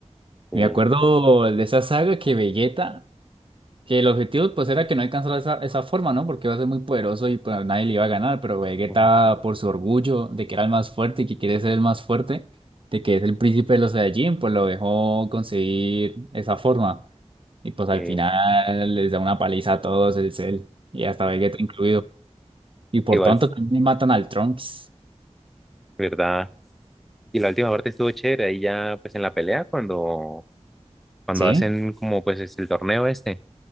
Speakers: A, in the centre; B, on the right.
A: Sí.
B: Me acuerdo de esa saga que Vegeta Que el objetivo pues era que no alcanzara esa, esa forma, ¿no? Porque iba a ser muy poderoso y pues nadie le iba a ganar, pero Vegeta
A: Ujú.
B: por su orgullo de que era el más fuerte y que quiere ser el más fuerte, de que es el príncipe de los Saiyajin, pues lo dejó conseguir esa forma. Y pues al
A: Eh,
B: final les da una paliza a todos, el Cell y hasta Vegeta incluido. Y por
A: igual,
B: tanto también matan al Trunks.
A: ¿verdad? Y la última parte estuvo chévere, ahí ya pues en la pelea cuando, cuando
B: ¿Sí?
A: hacen como pues es el torneo este